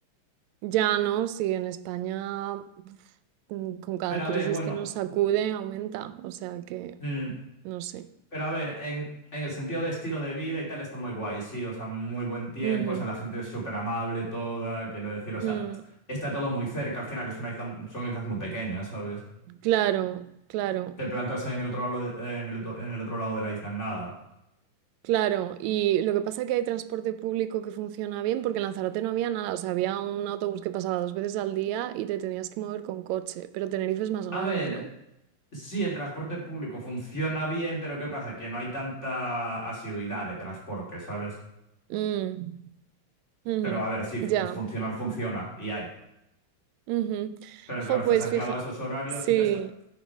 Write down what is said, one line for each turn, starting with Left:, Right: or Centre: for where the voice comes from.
Right: ya no, Sí, en España uf, mm, con cada
Left: Pero
Right: crisis
Left: a ver, bueno.
Right: que nos sacude aumenta, o sea que
Left: mm,
Right: no sé.
Left: Pero a ver, en, en el sentido de estilo de vida y tal, está muy guay, sí, o sea, muy buen tiempo,
Right: Ujú,
Left: o sea, la gente es súper amable toda, quiero decir,
Right: mm,
Left: o sea, está todo muy cerca, al final es una isla, son islas muy pequeñas, ¿sabes?
Right: Claro, claro,
Left: Te plantas en el otro lado de- en el, otro- en el otro lado de la isla, en nada.
Right: claro. Y lo que pasa es que hay transporte público que funciona bien porque en Lanzarote no había nada, o sea, había un autobús que pasaba dos veces al día y te tenías que mover con coche, pero Tenerife es más grande,
Left: A ver,
Right: ¿no?
Left: sí, el transporte público funciona bien, pero ¿qué pasa? Que no hay tanta asiduidad de transporte, ¿sabes?
Right: Mm, ujú,
Left: Pero a ver, sí, fun-
Right: Ya,
Left: funcionar funciona y hay.
Right: Ujú.
Left: Pero
Right: Jo,
Left: claro, estás
Right: pues
Left: anclado
Right: fija,
Left: a esos horarios
Right: sí,
Left: y ya está.